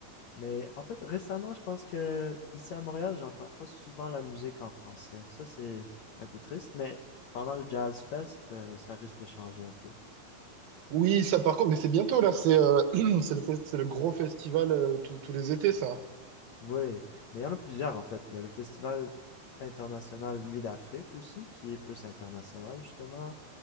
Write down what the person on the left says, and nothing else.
Mais en fait, récemment, je pense que ici à Montréal, j'entends pas souvent la musique en français. Ça, c'est un peu triste, mais pendant le Jazz Fest, euh, ça risque de changer un peu.
Oui, mais il y en a plusieurs en fait. Il y a le Festival international Nuit d'Afrique aussi, qui est plus international justement.